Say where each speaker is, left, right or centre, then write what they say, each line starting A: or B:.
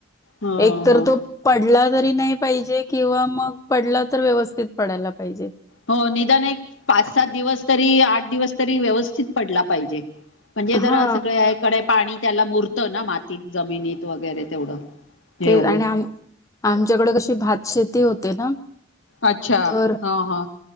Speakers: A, on the left (about 80°); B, on the left (about 15°).
A: हो
B: एक तर
A: हो
B: तो पडला नाही पाहिजे किंवा मग पडला तर व्यवस्थित पडायला पाहिजे
A: हो निदान एक पाच सात दिवस तरी आठ दिवस तरी व्यवस्थित पडला पाहिजे. म्हणजे जरा
B: हा
A: सगळ्याकडे पाणी त्याला मुरतं ना मातीत जमिनीत वगैरे तेवढं हे
B: ते
A: होऊन
B: आणि आम आमच्याकडे कशी भात शेती होते ना
A: अच्छा
B: तर
A: हा हा